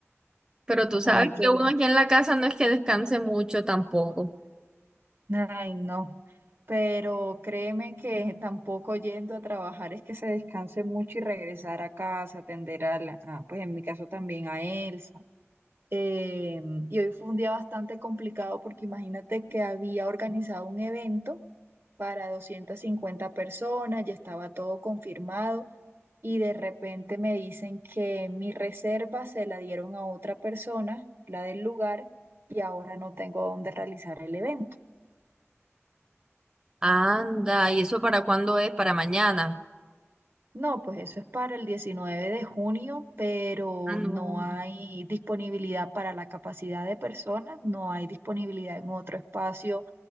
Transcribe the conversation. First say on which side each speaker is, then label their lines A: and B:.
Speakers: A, on the right (about 15°); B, on the right (about 55°).
A: pero tú sabes
B: Ay, qué
A: que
B: bueno.
A: uno aquí en la casa no es que descanse mucho tampoco.
B: Ay, no. Pero créeme que tampoco yendo a trabajar es que se descanse mucho y regresar a casa, atender a la, a, pues en mi caso también a Elsa. Eh, y hoy fue un día bastante complicado porque imagínate que había organizado un evento para 250 personas, ya estaba todo confirmado y de repente me dicen que mi reserva se la dieron a otra persona, la del lugar, y ahora no tengo dónde realizar el evento.
A: Anda, ¿y eso para cuándo es? ¿Para mañana?
B: No, pues eso es para el 19 de junio, pero
A: Ah, no,
B: no hay disponibilidad para la capacidad de personas, no hay disponibilidad en otro espacio